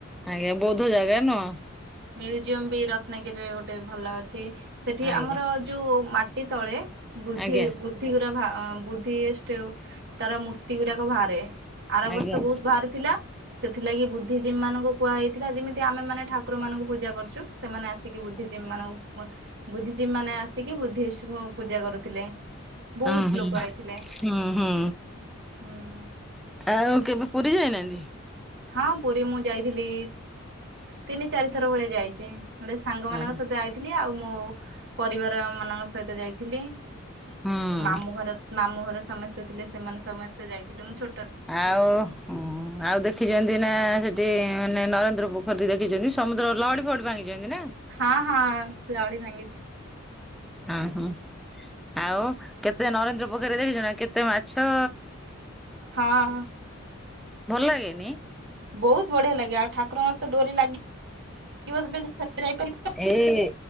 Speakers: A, in the centre; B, on the right.
A: ଆଜ୍ଞା ବୌଦ୍ଧ ଜାଗା ନୁହଁ
B: ମ୍ୟୁଜିୟମ ବି ରତ୍ନଗିରିରେ ଗୋଟେ ଭଲ ଅଛି, ସେଠି
A: ଆଜ୍ଞା
B: ଆମର ଯୋଉ ମାଟି ତଳେ ବୁଦ୍ଧି
A: ଆଜ୍ଞା
B: ବୁ ବୁଦ୍ଧି ଗୁରା ବୁଦ୍ଧିଇଷ୍ଟି ତାର ମୂର୍ତ୍ତି ଗୁରାକ ଭାରେ। ଆର
A: ଆଜ୍ଞା।
B: ବର୍ଷ
A: ହୁଁ
B: ବହୁତ ବାହାରି ଥିଲା, ସେଥିଲାଗି ବୁଦ୍ଧି ଜିମାନଙ୍କୁ କୁହାହେଇଥିଲା ଯେମିତି ଆମେ ମାନେ ଠାକୁରମାନଙ୍କୁ ପୂଜା କରୁଚୁ ସେମାନେ ଆସିକି ବୁଦ୍ଧିଜୀବୀ ମାନଙ୍କୁ ବୁଦ୍ଧିଜୀବୀ ମାନେ ଆସିକି ବୁଦ୍ଧିଇଷ୍ଟି ଙ୍କୁ ପୂଜା କରୁଥିଲେ। ବହୁତ
A: ହଁ ହୁଁ
B: ଲୋକ ଆଇଥିଲେ
A: ହୁଁ।
B: ହୁଁ।
A: ଆଉ କେବେ ପୁରୀ ଯାଇନାହାନ୍ତି?
B: ହଁ ପୁରୀ ମୁଁ ଯାଇଥିଲି ତିନି ଚାରି ଥର ଭଳିଆ ଯାଇଚି। ସାଙ୍ଗ
A: ହଁ।
B: ମାନଙ୍କ ସହିତ ଆଇଥିଲି ଆଉ ମୋ ପରିବାର ମାନଙ୍କ ସହିତ ଯାଇଥିଲି।
A: ହୁଁ।
B: ମାମୁ ଘର ମାମୁଁ ଘର ସମସ୍ତେ ଥିଲେ ସେମାନେ ସମସ୍ତେ ଯାଇଥିଲେ ମୁଁ ଛୋ
A: ଆଉ।
B: <inaudible>
A: ଆଉ ଦେଖିଛନ୍ତି ନା ସେଠି ମାନେ ନରେନ୍ଦ୍ର ପୋଖରୀ ଦେଖିଛନ୍ତି ସମୁଦ୍ର ଲହଡି ଫହଡି ଭାଙ୍ଗିଛନ୍ତି ନା?
B: ହଁ ହଁ ଲହଡ଼ି ଭାଙ୍ଗିଚି।
A: ଅ ହୋ ଆଉ କେତେ ନରେନ୍ଦ୍ର ପୋଖରୀ ରେ ଦେଖିଚ ନା କେତେ ମାଛ?
B: ହଁ।
A: ଭଲ ଲାଗେନି?
B: ବହୁତ ବଢିଆ ଲାଗେ ଆଉ ଠାକୁରଙ୍କର ତ ଡୋରି ଲାଗିବ ଯେବେ ସେବେ ଯାଇପାରିବେ।
A: ଏ